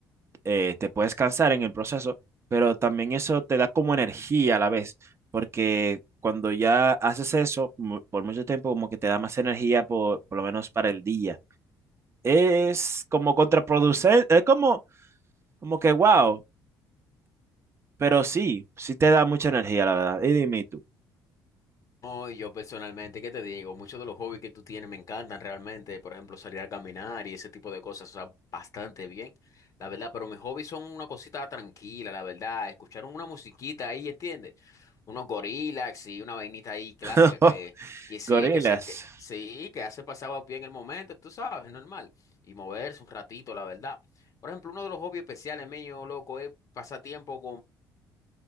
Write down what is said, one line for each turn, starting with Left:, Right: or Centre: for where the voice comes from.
Right: eh, te puedes cansar en el proceso, pero también eso te da como energía a la vez, porque cuando ya haces eso mu- por mucho tiempo, como que te da más energía por, por lo menos para el día. Es como contraproducente, es como, como que, wow. Pero sí, sí te da mucha energía, la verdad. Y dime tú.
Left: No, yo personalmente, ¿qué te digo? Muchos de los hobbies que tú tienes me encantan realmente, por ejemplo, salir a caminar y ese tipo de cosas, o sea, bastante bien, la verdad, pero mis hobbies son una cosita tranquila, la verdad, escuchar una musiquita ahí, ¿entiendes? Unos gorilas y una vainita ahí clásica
Right: <laughs>
Left: que, que sí,
Right: Gorilas.
Left: que se, que, sí, que hace pasaba bien el momento, tú sabes, normal, y moverse un ratito, la verdad. Por ejemplo, uno de los hobbies especiales míos, loco, es pasar tiempo